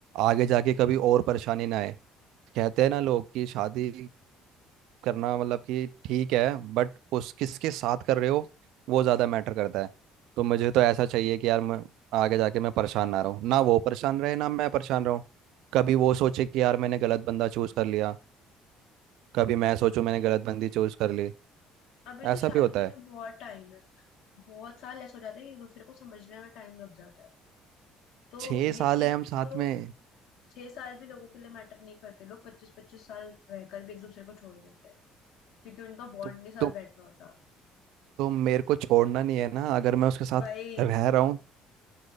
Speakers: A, on the right; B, on the left.
A: आगे जाके कभी और परेशानी ना आए कहते हैं ना लोग कि शादी करना मतलब कि ठीक है बट उस किसके साथ कर रहे हो वो ज़्यादा मैटर करता है तो मुझे
B: बिल्कुल।
A: तो ऐसा चाहिए कि यार मैं आगे जाके मैं परेशान ना रहूँ ना वो परेशान रहे ना मैं परेशान रहूँ कभी वो सोचे कि यार मैंने गलत बंदा चूज कर लिया कभी मैं सोचूं
B: अबे
A: मैंने गलत बंदी चूज कर ली
B: अभी
A: ऐसा
B: तो शादी
A: भी होता
B: में
A: है
B: भी बहुत टाइम है बहुत साल ऐसे हो जाते हैं कि एक दूसरे को समझने में टाइम लग जाता है तो
A: छह
B: ये
A: साल
B: चीज
A: है हम साथ
B: तो
A: में
B: छह साल भी लोगों के लिए मैटर नहीं करते लोग पच्चीस पच्चीस साल रहकर भी एक दूसरे को छोड़ देते हैं क्योंकि उनका बॉन्ड
A: तो
B: नहीं साथ
A: तो
B: बैठ रहा होता
A: तो मेरे को छोड़ना नहीं है ना अगर मैं उसके साथ
B: भाई
A: रह रहा हूँ